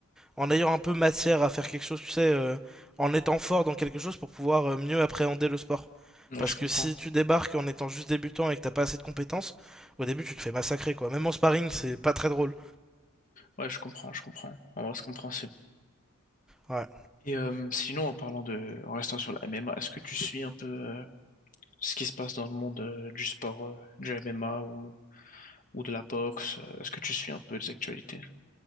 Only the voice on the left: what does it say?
Ouais,
je comprends.
Ouais, je comprends, je comprends. En vrai, je comprends.
Et euh, sinon, en parlant de, en restant sur la MMA, est-ce que tu suis un peu euh, ce qui se passe dans le monde euh, du sport, euh, du MMA ou, ou de la boxe? euh, Est-ce que tu suis un peu les actualités?